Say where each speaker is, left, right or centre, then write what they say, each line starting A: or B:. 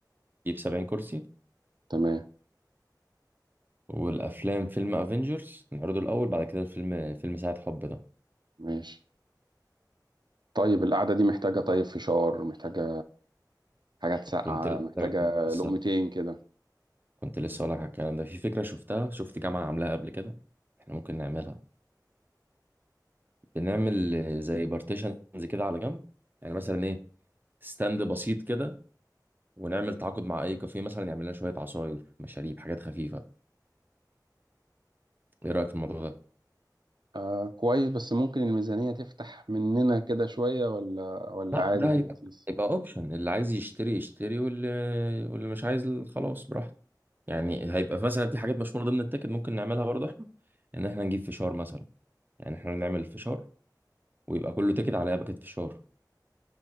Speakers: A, on the right; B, on the right.
A: هنجيب 70 كرسي
B: تمام
A: والأفلام فيلم افنجرز نعرضه الأول بعد كده الفيلم فيلم ساعة حب ده
B: ماشي طيب القعدة دي محتاجة طيب فشار محتاجة حاجات ساقعة
A: كنت لسه
B: محتاجة
A: لسه
B: لقمتين كده
A: كنت لسه اقول لك على الكلام ده في فكره شفتها شفت جامعه عاملاها قبل كده احنا ممكن نعملها بنعمل آه، زي بارتيشنز كده على جنب يعني مثلا ايه ستاند بسيط كده ونعمل تعاقد مع اي كافيه مثلا يعمل لنا شويه عصاير مشاريب حاجات خفيفه ايه رايك في الموضوع ده
B: آه كويس بس ممكن الميزانية تفتح مننا كده شوية ولا ولا
A: لا
B: عادي
A: ده
B: في
A: هيبقى
B: اللذيذ
A: هيبقى اوبشن اللي عايز يشتري يشتري واللي واللي مش عايز خلاص براحته يعني هيبقى مثلا في حاجات مش من ضمن التيكت ممكن نعملها برضه احنا ان احنا نجيب فشار مثلا يعني احنا نعمل فشار ويبقى كله تيكت عليها باكت فشار